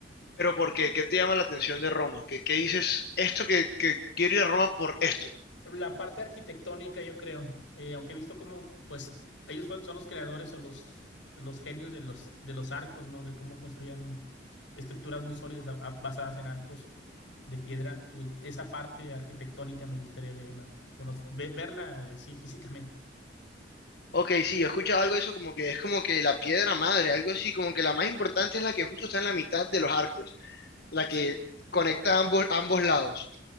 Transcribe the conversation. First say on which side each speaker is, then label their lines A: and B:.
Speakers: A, on the left; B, on the left.
A: ¿Pero por qué? ¿Qué te llama la atención de Roma? ¿Qué, qué dices esto que, que quiero ir a Roma por esto?
B: La parte arquitectónica, yo creo, eh, aunque he visto como pues, ellos fue- son los creadores o los, los genios de los, de los arcos, ¿no? De cómo construían estructuras muy sólidas a- a- basadas en arcos de piedra. Eh, esa parte arquitectónica me gustaría verla, conoc- ve- verla, eh, sí, físicamente.
A: Ok, sí, yo he escuchado algo de eso como que es como que la piedra madre, algo así, como que la más importante es la que justo está en la mitad de los arcos. la
B: Sí,
A: que conecta ambos, ambos lados.